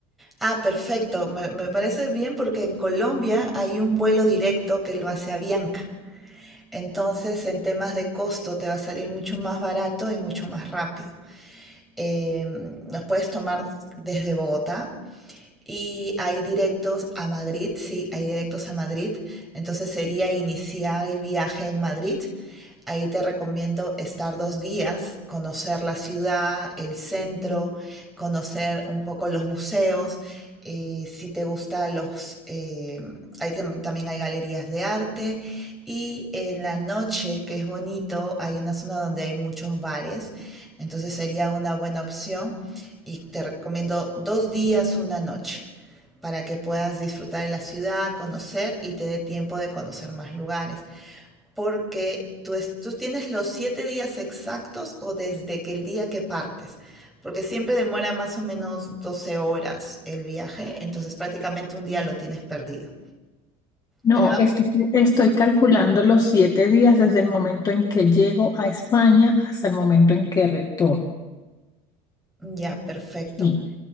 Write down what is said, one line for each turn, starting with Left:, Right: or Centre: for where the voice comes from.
Centre: Ah, perfecto, me, me parece bien porque en Colombia hay un vuelo directo que lo hace Avianca. Entonces, en temas de costo, te va a salir mucho más barato y mucho más rápido. Eh, los puedes tomar desde Bogotá y hay directos a Madrid, sí, hay directos a Madrid. Entonces sería iniciar el viaje en Madrid Ahí te recomiendo estar dos días, conocer la ciudad, el centro, conocer un poco los museos. eh, si te gusta los, eh, ahí tem- también hay galerías de arte. Y en la noche, que es bonito, hay una zona donde hay muchos bares. Entonces sería una buena opción. Y te recomiendo dos días, una noche, para que puedas disfrutar de la ciudad, conocer y te dé tiempo de conocer más lugares porque tú, es- tú tienes los siete días exactos o desde que el día que partes, porque siempre demora más o menos 12 horas el viaje, entonces prácticamente un día lo tienes perdido.
Left: No,
Centre: Pero vamos,
Left: estoy, estoy calculando los siete días desde el momento en que llego a España hasta el momento en que retorno.
Centre: ya, perfecto.
Left: Sí,